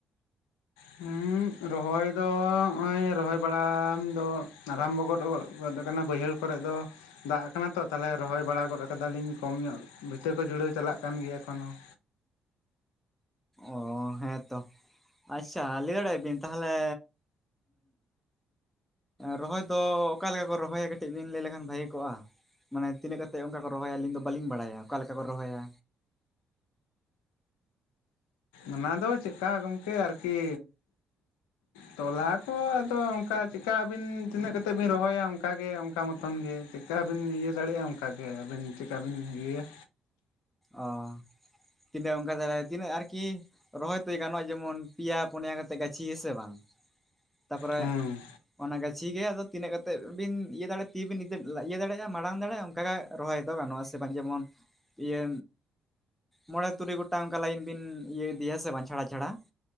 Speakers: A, on the left; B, in the centre.
A: ᱦᱩᱸ ᱨᱚᱦᱚᱭ ᱫᱚ ᱱᱚᱜᱼᱚᱭ ᱨᱚᱦᱚᱭ ᱵᱟᱲᱟ ᱫᱚ ᱟᱨᱚᱢᱵᱷᱚ ᱜᱚᱫ-ᱜᱚᱫ ᱟᱠᱟᱱᱟ ᱵᱟᱹᱭᱦᱟᱹᱲ ᱠᱚᱨᱮ ᱫᱚ᱾ ᱫᱟᱜ ᱟᱠᱟᱱᱟ ᱛᱚ ᱛᱟᱞᱦᱮ ᱨᱚᱦᱚᱭ ᱵᱟᱲᱟ ᱜᱚᱫ ᱠᱟᱫᱟ ᱞᱤᱧ ᱠᱚᱢ ᱧᱚᱜ ᱵᱷᱤᱛᱟᱹ ᱠᱚ ᱡᱷᱩᱲᱟᱹᱣ ᱪᱟᱞᱟᱜ ᱠᱟᱱ ᱜᱮᱭᱟ ᱮᱠᱷᱚᱱ ᱦᱚᱸ᱾
B: ᱚ ᱦᱮᱸ ᱛᱚ ᱟᱪᱪᱷᱟ ᱞᱟᱹᱭ ᱫᱟᱲᱮ ᱵᱤᱱ ᱛᱟᱦᱚᱞᱮ ᱨᱚᱦᱚᱭ ᱫᱚ ᱚᱠᱟ ᱞᱮᱠᱟ ᱠᱚ ᱨᱚᱦᱚᱭᱟ ᱠᱟᱹᱴᱤᱡ ᱵᱤᱱ ᱞᱟᱹᱭ ᱞᱮᱠᱷᱟᱱ ᱵᱷᱟᱹᱜᱤ ᱠᱚᱜᱼᱟ᱾ ᱢᱟᱱᱮ ᱛᱤᱱᱟᱹᱜ ᱠᱟᱛᱮ ᱚᱱᱠᱟ ᱠᱚ ᱨᱚᱦᱚᱭᱟ ᱟᱹᱞᱤᱧ ᱫᱚ ᱵᱟᱹᱞᱤᱧ ᱵᱟᱲᱟᱭᱟ ᱚᱠᱟ ᱞᱮᱠᱟ ᱠᱚ ᱨᱚᱦᱚᱭᱟ᱾
A: ᱚᱱᱟ ᱫᱚ ᱪᱮᱫᱠᱟ ᱜᱚᱢᱠᱮ ᱟᱨᱠᱤ ᱛᱚᱞᱟ ᱟᱫᱚ ᱚᱱᱠᱟ ᱪᱮᱠᱟ ᱟᱹᱵᱤᱱ ᱛᱤᱱᱟᱹᱜ ᱠᱟᱛᱮ ᱵᱤᱱ ᱨᱚᱦᱚᱭᱟ ᱚᱱᱠᱟ ᱚᱱᱟᱜᱮ ᱚᱱᱠᱟ ᱢᱚᱛᱚᱱ ᱜᱮ ᱪᱮᱠᱟ ᱵᱤᱱ ᱤᱭᱟᱹ ᱫᱟᱲᱮᱭᱟᱜᱼᱟ ᱚᱱᱠᱟ ᱜᱮ ᱟᱹᱵᱤᱱ ᱪᱤᱠᱟ ᱵᱤᱱ ᱤᱭᱟᱹᱭᱟ᱾
B: ᱚ ᱛᱤᱱᱟᱹᱜ ᱚᱱᱠᱟ ᱛᱮ ᱛᱤᱱᱟᱹᱜ ᱟᱨᱠᱤ ᱨᱚᱦᱚᱭ ᱛᱮ ᱜᱟᱱᱚᱜᱼᱟ ᱡᱮᱢᱚᱱ ᱯᱮᱭᱟ ᱯᱩᱱᱭᱟ ᱠᱟᱛᱮᱫ ᱜᱟᱹᱪᱷᱤ ᱦᱮᱸᱥᱮ ᱵᱟᱝ ᱛᱟᱯᱚᱨᱮ
A: ᱦᱩᱸ
B: ᱚᱱᱟ ᱜᱟᱪᱷᱤ ᱜᱮ ᱟᱫᱚ ᱛᱤᱱᱟᱹᱜ ᱠᱟᱛᱮᱫ ᱵᱤᱱ ᱤᱭᱟᱹ ᱫᱟᱲᱮᱼᱟ ᱛᱤ ᱵᱤᱱ ᱤᱭᱟᱹ ᱫᱟᱲᱮᱭᱟᱜᱼᱟ ᱢᱟᱲᱟᱝ ᱫᱟᱲᱮᱭᱟᱜᱼᱟ ᱚᱝᱠᱟᱜᱮ ᱨᱚᱦᱚᱭ ᱫᱚ ᱜᱟᱱᱚᱜᱼᱟ ᱦᱮᱸᱥᱮ ᱵᱟᱝ ᱡᱮᱢᱚᱱ ᱤᱭᱟᱹ ᱢᱚᱬᱮ ᱛᱩᱨᱩᱭ ᱜᱚᱴᱟᱝ ᱚᱱᱠᱟ ᱞᱟᱭᱤᱱ ᱵᱤᱱ ᱤᱭᱟᱹ ᱤᱫᱤᱭᱟ ᱥᱮ ᱵᱟᱝ ᱪᱷᱟᱲᱟ ᱪᱷᱟᱲᱟ